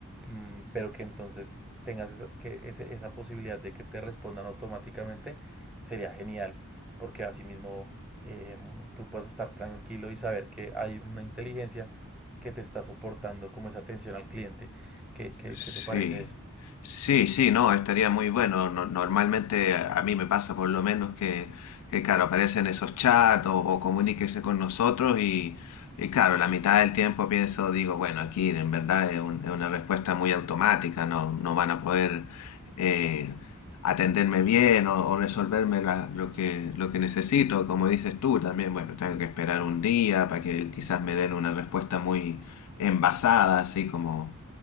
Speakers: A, in the centre; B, on the left.
A: mm, pero que entonces tengas esa, que ese- esa posibilidad de que te respondan automáticamente, sería genial, porque asimismo mismo em, tú puedes estar tranquilo y saber que hay una inteligencia que te está soportando como esa atención al cliente. ¿Qué, qué-
B: Sí,
A: qué te parece eso?
B: sí, sí, no, estaría muy bueno. No- normalmente a a mí me pasa por lo menos que, que, claro, aparecen esos chats o, o comuníquese con nosotros y, y, claro, la mitad del tiempo pienso, digo, bueno, aquí en verdad es, un- es una respuesta muy automática, no, no van a poder eh, atenderme bien o, o resolverme la- lo que, lo que necesito. Como dices tú también, bueno, tengo que esperar un día para que quizás me den una respuesta muy envasada, así como